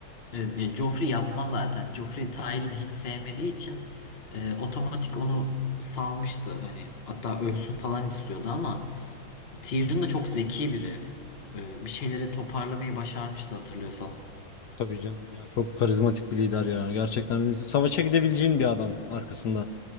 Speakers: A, on the left; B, on the left.
A: E, e, Joffrey yapmaz zaten. Joffrey Tyrion'u hiç sevmediği için e, otomatik onu salmıştı. Hani hatta ölsün falan istiyordu ama. Tyrion da çok zeki biri. Ee, bir şeyleri toparlamayı başarmıştı hatırlıyorsan.
B: Tabii canım ya çok karizmatik bir lider ya. Gerçekten savaşa gidebileceğin bir adam arkasında.